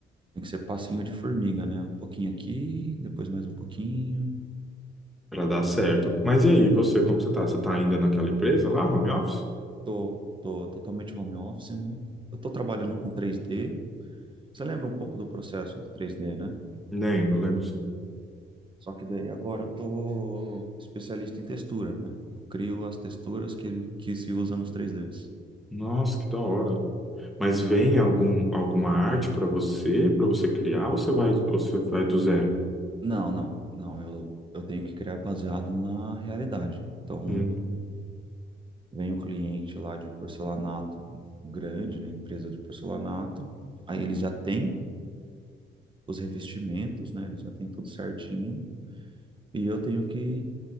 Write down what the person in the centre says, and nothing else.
para dar certo. Mas e aí, você, como você tá? Você tá ainda naquela empresa lá, home office?
Lembro, lembro sim.
Nossa, que da hora. Mas vem algum, alguma arte para você, para você criar, ou você vai, ou você vai do zero?
Hum.